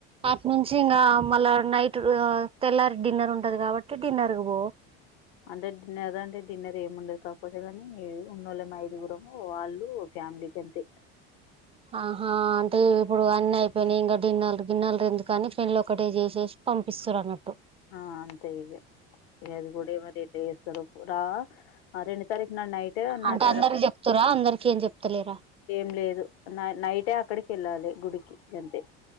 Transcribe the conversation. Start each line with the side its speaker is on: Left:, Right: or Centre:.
Right: అ నుంచి ఇ మళ్ళ నైట్ల్ స డిన్నర్ ఉంటది కాబట్టి డిన్నర్ పో
Left: అంటే డిన్నర్ అంటే డిన్నర్ ఏమిండదు కాకపోతే కానీ ఉన్నోళ్ళ మా ఐదుగురము వాళ్ళు ఫ్యామ్లీకి అంత
Right: ఆహా అంటే ఇప్పుడు అన్నీ అయిపోయినాయి ఇంకా గిన్నెలు గిన్నెలు ఎందు కాని పెళ్ళి ఒకటే చేసేసి పంపిస్తారు అన్నట్టు
Left: ఆ అంతే ఇక ఇ అది కూడా ఏ మరి ఎట్ చేస్తారు పరా ఆరెండు తారీఖు నాడు నైట్ నాచార
Right: అంటే అందరికి చెప్తార అందరికి ఏం చెప్తలేరా
Left: ఏం లేదు నైటే అక్కడికి వెళ్ళాలి గుడికి గంతే